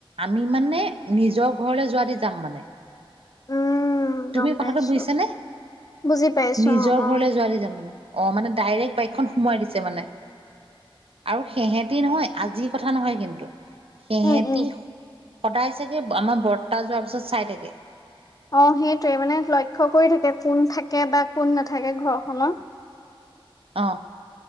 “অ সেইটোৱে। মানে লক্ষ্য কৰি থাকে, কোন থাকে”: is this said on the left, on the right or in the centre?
Left